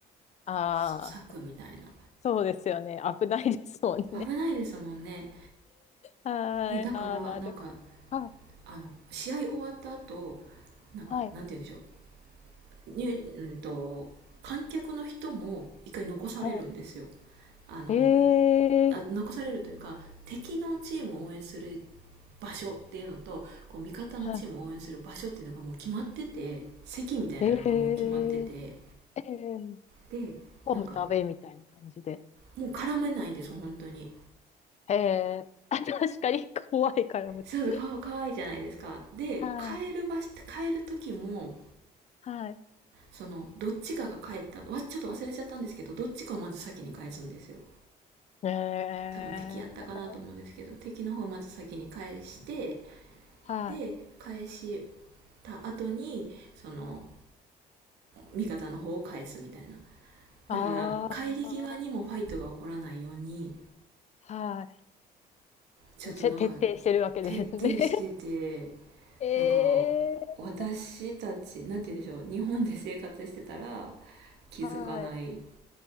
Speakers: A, on the left; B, on the right.
A: ああ、
B: 策みたいな
A: そうですよね。危ないですもんね。
B: 危ないですもんね
A: はい。
B: でだからなんか
A: ああ、なる。はい。
B: あの試合終わった後なんかなんて言うんでしょ
A: はい。
B: うにうんと観客の人も一回残されるんですよ
A: は
B: あの
A: い。え
B: あ残されるというか敵のチームを応援する
A: え、
B: 場所っていうのとこう味方のチームを応援する場所っていうのがもう決まってて席みたいなのがもう決まってて
A: はい。ええええ、
B: でなんか
A: ホームとアウェイみたいな感じで。
B: もう絡めないんですよ本当に
A: ええあ、確かに怖いから、無糖。
B: そうそうかかわいいじゃないですかで帰る場所帰る時も
A: はい、はい。
B: そのどっちかが帰ったわちょっと忘れちゃったんですけどどっちかをまず先に返すんですよ
A: ええ
B: 多分敵やったかなと思うんですけど敵の方をまず先に返して
A: はい。
B: で返した後にその味方の方を返すみたいな
A: ああ、
B: だから帰り際にもファイトが起こらないように
A: は
B: ちょっとなんか
A: い。せ徹底してるわけですね。
B: 徹底してて
A: <laughs>
B: なんか
A: ええ
B: 私たちなんて言うんでしょう日本で生活してたら気づかない
A: はい。